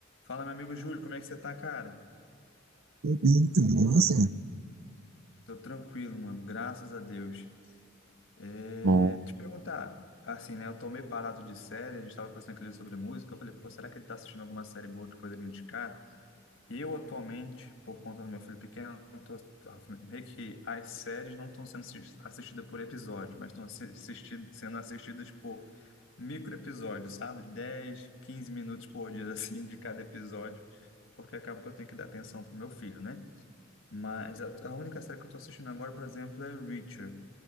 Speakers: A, on the left; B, on the right.
A: Fala, meu amigo Júlio, como é que você tá, cara?
B: Então, nossa.
A: Tô tranquilo, mano, graças a Deus. É,
B: Bom,
A: te perguntar, assim, né? Eu tô meio parado de série, a gente tava conversando aquele sobre música. Eu falei, pô, será que ele tá assistindo alguma série boa que poderia indicar? Eu, atualmente, por conta do meu filho pequeno, eu tô, tô- meio que as séries não estão sendo assis- assistidas por episódio, mas estão sendo assistidas por micro episódios, sabe? dez 15 minutos por dia, <laughs> assim, de cada episódio, porque acaba que eu tenho que dar atenção pro meu filho, né? Mas a, a única série que eu tô assistindo agora, por exemplo, é Reacher.